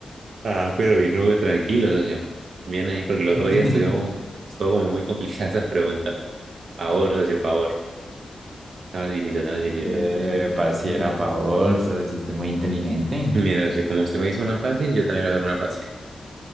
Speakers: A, on the right; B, on the right.
A: Ah, pero bien, luego tranquilo, socio. Bien ahí, porque el otro
B: <laughs>
A: día estuvimos, estuvo como muy complicada <laughs> esas preguntas. Favor, socio, favor. La facilita, la facilita.
B: Eh, pareciera pavor, socio, usted es muy inteligente.
A: Mira, si como usted me hizo una fácil, yo también le voy a dar una fácil.